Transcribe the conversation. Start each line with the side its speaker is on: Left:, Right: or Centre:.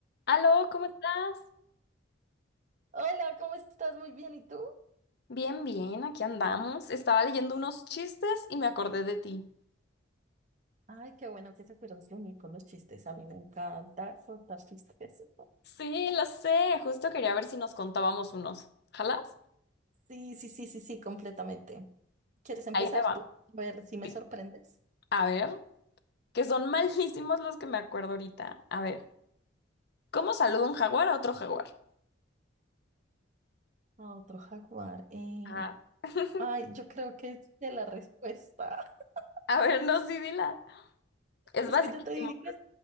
Left: Aló, ¿cómo estás?
Right: Hola, ¿cómo estás? Muy bien, ¿y tú?
Left: Bien, bien, aquí andamos. Estaba leyendo unos chistes y me acordé de ti.
Right: Ay, qué bueno que se fueron de mí con los chistes. A mí me encanta contar chistes.
Left: Sí, lo sé, justo quería ver si nos contábamos unos. ¿Jalas?
Right: Sí, sí, sí, sí, sí, completamente. ¿Quieres empezar
Left: Ahí te va.
Right: tú? A ver si me
Left: Sí.
Right: sorprendes.
Left: A ver, que son <laughs> malísimos los que me acuerdo ahorita. A ver, ¿cómo saluda un jaguar a otro jaguar?
Right: A otro jaguar. eh.
Left: Ah. <laughs>
Right: Ay, yo creo que sé la respuesta. <laughs>
Left: A ver, no, sí, dila. Es
Right: Es
Left: basiquísimo.
Right: que yo te dije que,